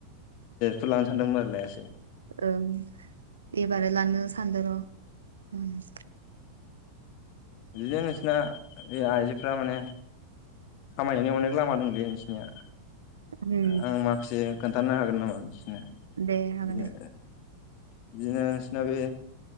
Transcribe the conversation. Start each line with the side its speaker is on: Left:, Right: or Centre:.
Left: थलानो सानदोंमोन आरो लायासै
Right: ओं एबार लानो सानदों र'
Left: बिदिनो नोंसिना बे आइजोफ्रा माने खामायनायनि अनेक लामा दंलै नोंसनिया
Right: उम
Left: आं माखासे खोन्थानो हागोन नामा <unintelligible>
Right: दे हागोन
Left: बिदिनो
Right: दे
Left: बिदिनो नोंसिना बे